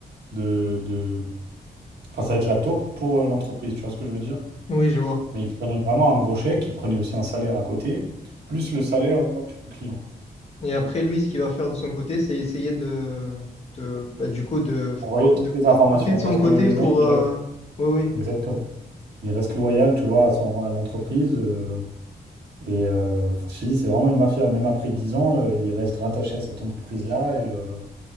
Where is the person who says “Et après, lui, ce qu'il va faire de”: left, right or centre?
Left